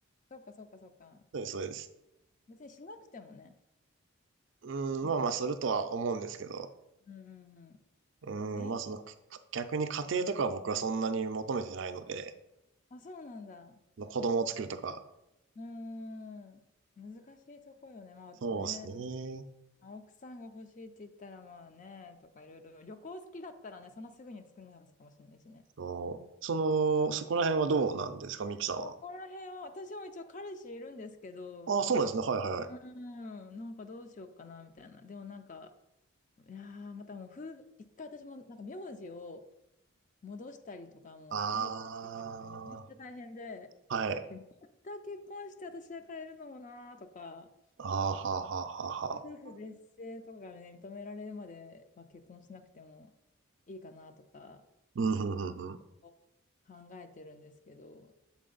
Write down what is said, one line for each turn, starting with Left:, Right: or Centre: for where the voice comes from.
Left: そうか、そうか、そうか。
Right: そうです、そうです。
Left: 別にしなくてもね。
Right: うん、
Left: いい。
Right: まあまあ、するとは思うんですけど、
Left: うんうんう
Right: うん、
Left: ん。え、
Right: まあその、逆に家庭とかは僕はそんなに求めてないので、
Left: あ、そうなんだ。
Right: の子供を作るとか。
Left: うーん。難しいとこよね。まあね、
Right: そうですね。
Left: 青くさんが欲しいって言ったらまあね、とかいろいろ。旅行好きだったらね、そんなすぐに作んない話かもしれないしね。
Right: そう。その、そこら辺はどうなんですか、ミキさんは。
Left: ここら辺は、私も一応彼氏いるんですけど、
Right: ああ、そうなんですね。はいはいはい。
Left: うーん、なんかどうしようかな、みたいな。でもなんか、いやー、またもう夫婦、一回私もなんか名字を戻したりとかもう変えたりとかってめっちゃ大変で、
Right: ああ、はい。
Left: で、また結婚して私は変えるのもなーとか、
Right: ああ、はあはあはあはあ。
Left: 夫婦別姓とかがね、認められるまでは結婚しなくてもいいかなとか
Right: うん、ふんふんふん。
Left: 考えてるんですけど、